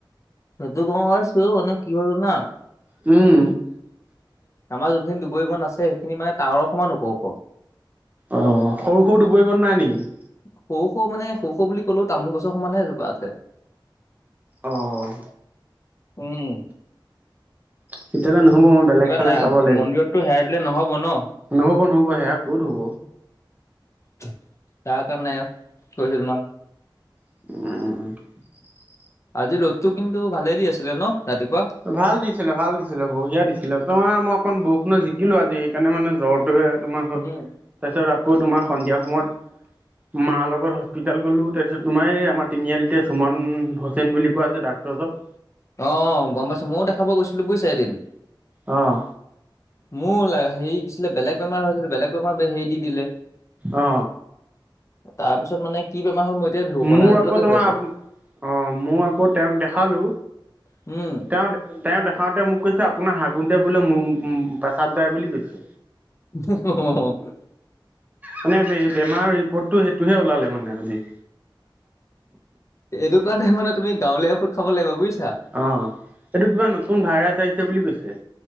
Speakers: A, on the left; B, on the right.
A: সেইটো মই ভাবিছিলো মানে কি হ'ল জানা
B: উম।
A: আমাৰ যোনখিনি দুবৰি বন আছে সেইখিনি মানে টাৱাৰৰ সমান হ'ব ওখ।
B: অ', সৰু -সৰু দুবৰি বন নাই নেকি?
A: সৰু- সৰু মানে সৰু -সৰু বুলি ক'লেও তামোল গছৰ সমানেহে এজোপা আছে।
B: অহ।
A: উম,
B: তেতিয়াহলে নহ'ব মই বেলেগ
A: গতিকে
B: ফালে
A: নাই
B: চাব লাগিব,
A: মন্দিৰতটো হেৰাই দিলে নহ'ব ন।
B: নহ'ব- নহ'ব সেয়া ক'ত হ'ব।
A: তাৰ কাৰণে কৈছোঁ তোমাক।
B: <unintelligible>
A: আজি ৰ'দটো কিন্তু ভালে দি আছিলে ন' ৰাতিপুৱা।
B: ভাল দিছিলে -ভাল দিছিলে বঢ়িয়া দিছিলে তোমাৰ মই অকণ বৰষুণত জিকিলো আজি সেইকাৰণে মানে জ্বৰটোহে তোমাৰ হ
A: উম।
B: তাৰপিছত আকৌ তোমাৰ সন্ধিয়া সময়ত মা লগত হস্পিতাল গ'লো তাৰপিছত তোমাৰ এই আমাৰ তিনিআলিতে ঝুমণ ভজ হুছেইন বুলি কোৱা যে ডাক্তৰ জন
A: অ গম পাইছোঁ। মইও দেখাব গৈছিলোঁ। বুইছা এদিন
B: অহ।
A: মোৰ হেৰি কি হৈছিলে, বেলেগ বেমাৰ হৈছিল। বেলেগ বেমাৰ হেৰি দি দিলে।
B: অ
A: তাৰপিছত মানে কি বেমাৰ হল মই এতিয়া ধৰিব
B: মোৰ
A: পৰা নাই আজিলৈকে
B: আকৌ তোমাৰ
A: হৈ আছে।
B: অ, মই আকৌ তেওঁক দেখালো।
A: উম,
B: তেওঁ- তেওঁ দেখাওঁতে মোক কৈছে আপোনাৰ হাগুন্তে বোলে পেচাব যাই বুলি কৈছে।
A: <unintelligible>
B: মানে বেমাৰৰ ৰিপৰ্টটো সেইটোহে ওলালে মানে আজি।
A: এইটো কাৰণে মানে তুমি গাঁৱলীয়া ঔষধ খাব লাগিব বুইছা।
B: অ', এইটো কিবা নতুন ভাইৰাছ আহিছে বুলি কৈছে।